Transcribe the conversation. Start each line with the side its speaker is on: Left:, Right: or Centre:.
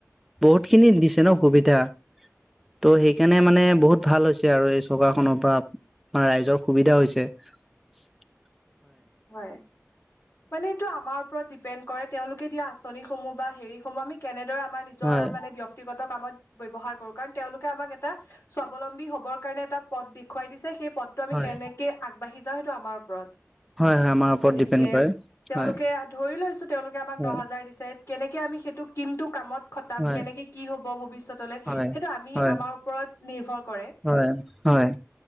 Centre: বহুত খিনি দিছে ন সুবিধা। তো সেই কাৰণে মানে বহুত ভাল হৈছে আৰু এই চৰকাৰখনৰ পৰা ৰাইজৰ সুবিধা হৈছে <inaudible>
Left: হয়। মানে এইটো আমাৰ ওপৰত ডিপেণ্ড কৰে। তেওঁলোকে দিয়া আঁচনিসমূহ বা হেৰিসমূহ আমি কেনেদৰে আমাৰ নিজৰ
Centre: হয়,
Left: মানে ব্যক্তিগত কামত ব্যৱহাৰ কৰোঁ, কাৰণ তেওঁলোকে আমাক এটা স্বাৱলম্বী হ'বৰ কাৰণে এটা পদ দেখুৱাই দিছে। সেই পথটো আমি
Centre: হয়,
Left: কেনেকে
Centre: হয়,
Left: আগবাঢ়ি যাওঁ সেইটো আমাৰ ওপৰত
Centre: হয় আমাৰ ওপৰত
Left: গতিকে,
Centre: ডিপেণ্ড কৰে।
Left: তেওঁলোকে
Centre: হয়,
Left: ধৰি লৈছোঁ তেওঁলোকে আমাক
Centre: হয়,
Left: দহ হাজাৰ দিছে কেনেকে আমি সেইটো কিন্তু কামত খটাম,
Centre: হয়,
Left: কেনেকে, কি হ'ব ভৱিষ্যত লে,
Centre: হয়।
Left: সেইটো আমি
Centre: হয়,
Left: আমাৰ ওপৰত নিৰ্ভৰ কৰে
Centre: হয়, হয়।